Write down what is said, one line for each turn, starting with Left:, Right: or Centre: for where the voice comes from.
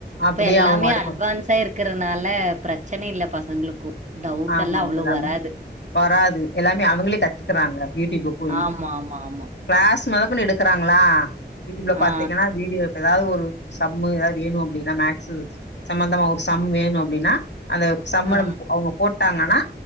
Right: இப்ப
Left: அப்டியே
Right: எல்லாமே
Left: அவங்க பாட்டுக்கு
Right: அட்வான்ஸா இருக்கு இருக்கறனால பிரச்சனை இல்ல பசங்களுக்கு டவுட்
Left: ஆமாங்க
Right: எல்லா அவ்ளோ
Left: எல்லாமே
Right: வராது
Left: வராது எல்லாமே அவங்களே கத்துக்குறாங்க யூடியூப்ப போட்டு
Right: ஆமா ஆமா ஆமா
Left: கிளாஸ் மொதக் கொண்டு எடுக்குறாங்களா யூடியூப்ல பாத்தீங்கன்னா
Right: ஆ
Left: வீடியோ இப்ப ஏதாவது ஒரு சம்மு ஏதாவது வேணு அப்டின்னா மேக்ஸ் சம்பந்தமா ஒரு சம் வேணு அப்டின்னா அந்த சம்மளம்
Right: ஆ
Left: அவங்க போட்டாங்கன்னா